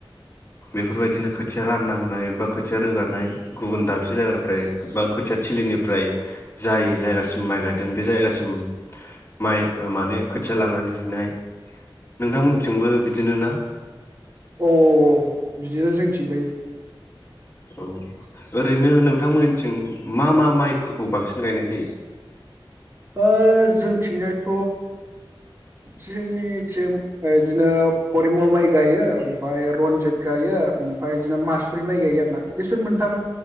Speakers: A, on the left; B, on the right.
A: बेफोरबायदिनो खोथिया राननांनाय होनाय बा खोथिया रोगानाय गुबुन दा थुजाग्रानिफ्राय बाग खोथिया थिलिनिफ्राय जाय जायगासिम माइ गायदों बे जायगासिम माइ माने खोथिया लांनानै हैनाय नोंथांमोननिथिंबो बिदिनो ना?
B: औ औ औ बिदिनो जोंनिथिंबो इदि
A: औ। ओरैनो नोंथांमोननिथिं मा मा माइफोरखौ बांसिन गायनाय जायो?
B: ओ जोंथिं जायथ जोंनिथिं इदिनो परिमल माइ गायो ओमफाय रनजित गायो ओमफाय इदिनो मासुरि माइ गायो आरो ना। बेसोर मोनथाम,